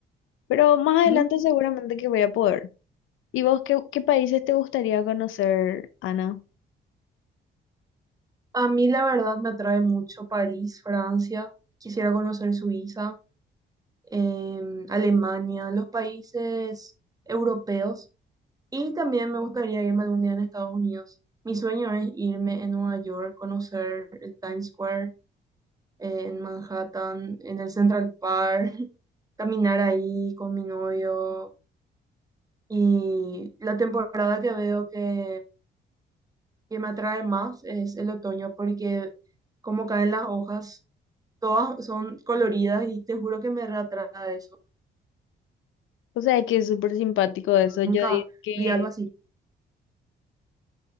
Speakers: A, on the left (about 85°); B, on the right (about 20°).
A: Pero más adelante
B: Ujú.
A: seguramente que voy a poder. ¿Y vos qué, qué países te gustaría conocer, Ana?
B: A mí la verdad me atrae mucho París, Francia, quisiera conocer Suiza, em, Alemania, los países europeos. Y también me gustaría irme algún día en Estados Unidos. Mi sueño es irme en Nueva York, conocer el Times Square, eh, en Manhattan, en el Central Park, <laughs> caminar ahí con mi novio. Y la temporada que veo que, que me atrae más es el otoño, porque como caen las hojas, todas son coloridas y te juro que me reatrae eso.
A: O sea, que es súper simpático eso. Yo
B: Nunca
A: digo que,
B: vi algo así.